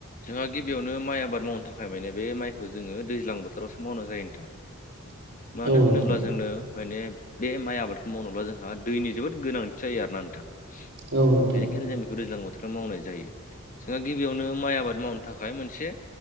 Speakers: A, on the left; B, on the right.
A: जोंहा गिबियावनो माइ आबाद मावनो थाखाय माने बे माइखौ जोङो दैज्लां बोथोरावसो मावनाय जायो नोंथां।
B: <inaudible>
A: मानो
B: नोंथां
A: होनोब्ला जोंङनो माने बे माइ आबादखौ मावनोब्ला जोंहा दैनि जोबोद गोनांथि जायो आरोना नोंथां?
B: औ नोंथां
A: बेनिखायनो जों बेखौ दैज्लां बोथोराव मावनाय जायो। जोंहा गिबियावनो माइ आबाद मावनो थाखाय मोनसे